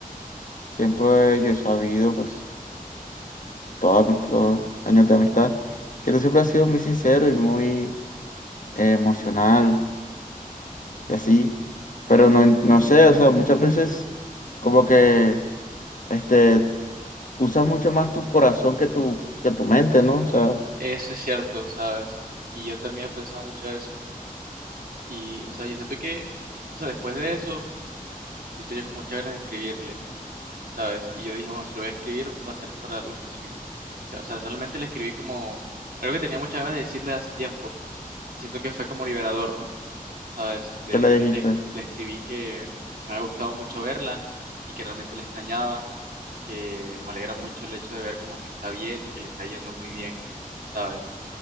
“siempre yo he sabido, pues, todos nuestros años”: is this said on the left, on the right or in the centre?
Left